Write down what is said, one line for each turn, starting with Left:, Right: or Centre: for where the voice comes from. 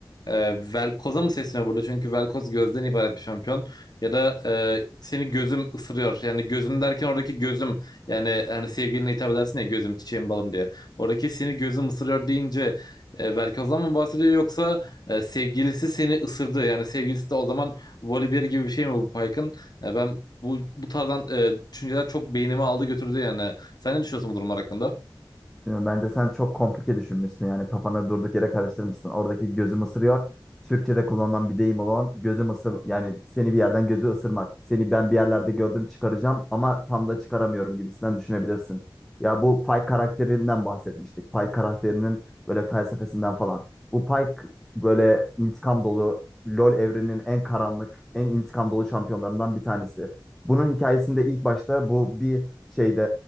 Left: e, Velkoz'a mı sesleniyor burada? Çünkü Velkoz gözden ibaret bir şampiyon. Ya da e, seni gözüm ısırıyor. Yani gözüm derken oradaki gözüm. Yani hani sevgiline hitap edersin ya gözüm çiçeğim balım diye. Oradaki seni gözüm ısırıyor deyince e, Velkoz'dan mı bahsediyor yoksa e, sevgilisi seni ısırdı. Yani sevgilisi de o zaman volibear gibi bir şey mi bu Pike'ın? E, ben bu bu tarzdan e, düşünceler çok beynimi aldı götürdü yani. Sen ne düşünüyorsun bu durumlar hakkında?
Centre: Değil mi? Bence sen çok komplike düşünmüşsün yani kafana durduk yere karıştırmışsın. Oradaki gözüm ısırıyor. Türkçe'de kullanılan bir deyim olan gözüm ısır yani seni bir yerden gözü ısırmak. Seni ben bir yerlerde gördüm çıkaracağım ama tam da çıkaramıyorum gibisinden düşünebilirsin. Ya bu Pay karakterinden bahsetmiştik. Pay karakterinin böyle felsefesinden falan. Bu Pay k- böyle intikam dolu LoL evreninin en karanlık, en intikam dolu şampiyonlarından bir tanesi. Bunun hikayesinde ilk başta bu bir şeyde